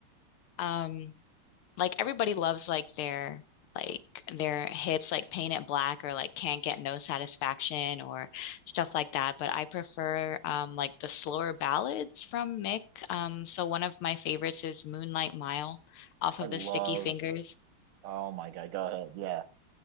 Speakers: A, on the left; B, on the right.
A: Um, like everybody loves like their like their hits like Paint It Black or like Can't Get No Satisfaction or stuff like that. But I prefer um, like the slower ballads from Mick. Um, so one of my favorites is Moonlight Mile off of
B: I love.
A: the Sticky Fingers.
B: Oh my God, go ahead. Yeah,